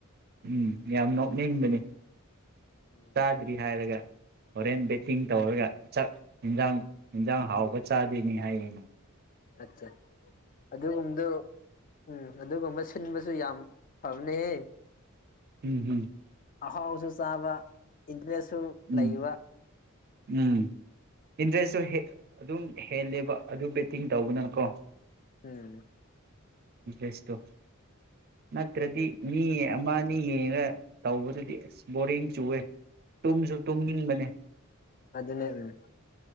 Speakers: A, on the right; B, on the left.
A: ꯎꯝ ꯌꯥꯝ ꯅꯣꯛꯅꯤꯡꯕꯅꯤ
B: ꯎꯝ
A: ꯆꯥꯗ꯭ꯔꯤ ꯍꯥꯏꯔꯒ ꯍꯣꯔꯦꯟ ꯕꯦꯠꯇꯤꯡ ꯇꯧꯔꯒ ꯆꯥꯛ ꯌꯦꯟꯖꯥꯡ ꯑꯦꯟꯖꯥꯡ ꯍꯥꯎꯕ ꯆꯥꯗꯣꯏꯅꯤ ꯍꯥꯏꯔꯤꯅꯤ
B: ꯑꯆꯥ ꯑꯗꯨꯒꯨꯝꯕꯗꯨ ꯎꯝ ꯑꯗꯨꯒꯨꯝꯕ ꯁꯤꯟꯕꯁꯨ ꯌꯥꯝ ꯐꯝꯅꯦꯦ
A: ꯎꯝ
B: ꯑꯍꯥꯎꯁꯨ ꯆꯥꯕ ꯏꯟꯇꯔꯦꯁꯁꯨ
A: ꯎꯝ
B: ꯂꯩꯕ
A: ꯎꯝ ꯎꯝ ꯏꯟꯇꯔꯦꯁꯁꯨ ꯑꯗꯨꯝ ꯍꯦꯜꯂꯦꯕ ꯑꯗꯨ ꯕꯦꯠꯇꯤꯡ ꯇꯧꯕꯅꯅꯀꯣ
B: ꯎꯝ
A: ꯦꯁꯇ ꯅꯠꯇ꯭ꯔꯗꯤ ꯃꯤ ꯑꯩꯅ ꯌꯦꯡꯉ ꯇꯧꯕꯗꯨꯗꯤ ꯑꯁ ꯕꯣꯔꯤꯡ ꯆꯨꯑꯦ ꯇꯨꯝꯁꯨ ꯇꯨꯝꯅꯤꯡꯕꯅꯦ
B: ꯑꯗꯨꯗ ꯎꯝ